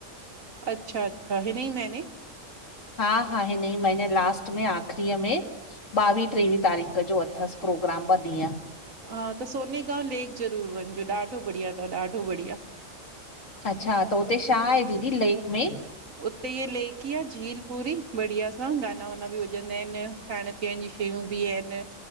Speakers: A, on the right (about 85°); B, on the left (about 70°).
A: अच्छा- अच्छा, हिन ही महिने?
B: हा हा हिन ई महने लास्ट में आखिरीअ में, बॿावीह टेवीह तारीख़ जो अथसि प्रोग्राम ब् ॾींहं।
A: हा त सोनेगांव लेक ज़रूर वञिजो, ॾाढो बढ़िया अथव ॾाढो बढ़िया।
B: अछा, त हुते शा आहे दीदी लेक में?
A: उते लेक ई आह झील पूरी, बढ़िया सां गाना वाना बि वॼंदा आहिनि खाइण पीअण जी शयूं बि आहिनि।